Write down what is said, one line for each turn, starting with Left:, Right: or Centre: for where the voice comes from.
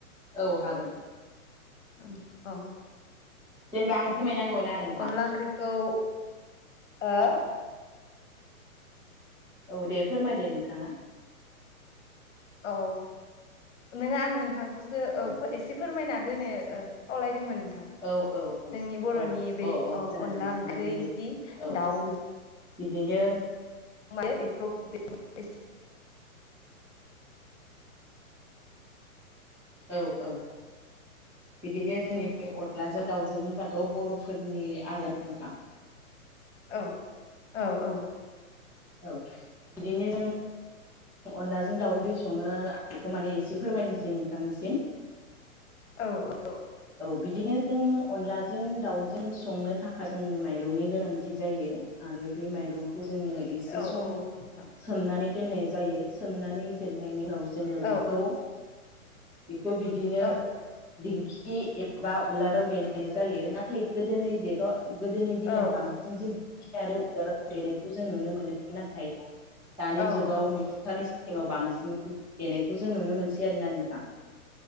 Centre: औ हागोन
Left: ओं औ
Centre: जेनबा आं फोरमायनांगौना नों
Left: अनला ओंख्रिखौ हो?
Centre: औ दे फोरमायदो नोंथाङा
Left: औ नोङा आं नोंथांखौसो
Centre: औ
Left: ओ एसे एसे फोरमायना होनो खावलायदोंमोन नोंथां
Centre: औ औ औ
Left: जोंनि बर'नि
Centre: औ
Left: बै
Centre: अ अ
Left: अनला
Centre: खोनादों एसे
Left: ओंख्रि
Centre: माने नेट
Left: जि
Centre: औ
Left: दाउ
Centre: बिदिनो
Left: <unintelligible>
Centre: औ औ बिदिनो जोंनि
Left: उम
Centre: <unintelligible> आनलाजों दाउजों होनबाथ' बर'फोरनि आरो नोंथां
Left: औ औ औ
Centre: औ बिदिनो जों अनलाजों दाउजों बोरै सङो आं बेखौ माने एसे फोरमायनोसै नोंथांनिसिम
Left: औ औ
Centre: औ बिदिनो जों अनलाजों दाउजों संनो थाखाय जोंनो माइरंनि गोनांथि जायो आरो बे माइरंखौ जोङो एसे
Left: औ
Centre: सम
Left: औ नोंथां
Centre: सोमनानै दोननाय जायो सोमनानै दोननायनि उनाव जोङो बेखौ
Left: औ
Centre: बेखौ बिदिनो
Left: औ
Centre: दिंखि एबा उलाराव देनाय जायो नाथाय गोदोनि देगाव गोदोनि दिनाव
Left: औ
Centre: बांसिन दिंखि आरो उलाराव देनायखौ जों नुनो मोनो नाथाय दानि
Left: औ
Centre: जुगाव
Left: औ
Centre: मिथिंगानि सिङाव बांसिन देनायखौ जों नुनो मोनसै आरोना नों थां